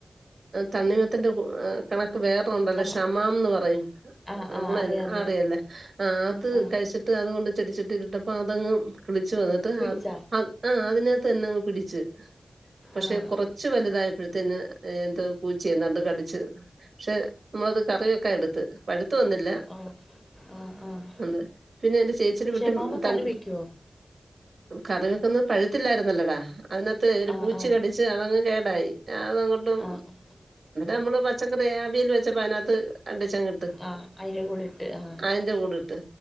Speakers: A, on the right (about 65°); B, on the left (about 15°).
A: തണ്ണിമത്തന്റെ ഈ കണക്ക് വേറെണ്ടല്ലോ
B: നമ്മ
A: ക്ഷമാംന്ന് പറയും
B: ആഹ്
A: നമ്മള
B: ആഹ് അറിയാം അറിയാം
A: അറിയല്ലേ ആഹ് അത്
B: ആഹ്
A: കഴിച്ചിട്ട് അതുകൊണ്ട് ചെടിച്ചട്ടി ഇട്ടപ്പ അതങ്ങ് കിളിച്ചു വന്നിട്ട്
B: പിടിച്ചോ
A: അത് ആഹ് അതിനകത്ത് തന്നെ അങ്ങ് പിടിച്ചു പക്ഷെ
B: ആഹ്
A: കുറ ച്ച് വലുതായപ്പോഴത്തേന് എന്തോ പൂച്ചയേതാണ്ട് കടിച്ച് പക്ഷെ നമ്മളത് കറി വെക്കാൻ എടുത്ത് പഴുത്ത് വന്നില്ല
B: ആഹ് ആഹ് ആഹ്
A: ഉണ്ട് പിന്നെ എന്റെ ചേച്ചിടെ വീട്ടിൽ
B: ഷമാമ കറി
A: തൻ
B: വെക്കുവോ
A: കറിവെയ്ക്കുന്നത് പഴുത്തില്ലായിരുന്നല്ലോടാ അതിനകത്ത് ഒരു
B: ആഹ്
A: പൂച്ച
B: ആഹ്
A: കടിച്ച് അതങ്ങ് കേടായി ഞാൻ അതങ്ങോട്ടും
B: ആഹ്
A: നമ്മള് പച്ചക്കറി അവിയൽ വെച്ചപ്പോ അതിനകത്ത് കണ്ടിച്ചു ഇ ട്ട്
B: ആഹ് അതിന്റെ കൂടെ ഇട്ട് ആഹ്
A: അതിന്റെ കൂടെ ഇട്ട്